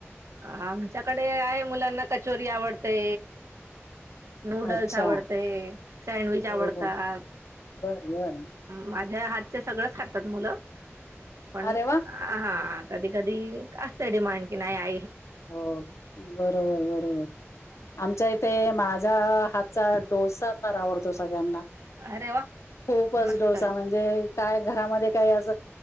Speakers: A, on the right (about 80°); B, on the left (about 80°).
A: आमच्याकडे आहे मुलांना कचोरी आवडते. नूडल्स,
B: अच्छा
A: आवडते सँडविच, आवडतात
B: हो हो बर बर
A: माझ्या हात आजचे सगळंच खातात मुलं पण
B: अरे वा
A: हा कधी, कधी असते डिमांड की नाही आ
B: हो बरोबर, बरोबर
A: असं
B: आमच्या
A: असते
B: इथे, माझा हात चा डोसा फार आवडतो सगळ्यांना
A: अरे वा
B: खूपच
A: मस्त
B: डोसा म्हणजे, काय घरामध्ये काही असं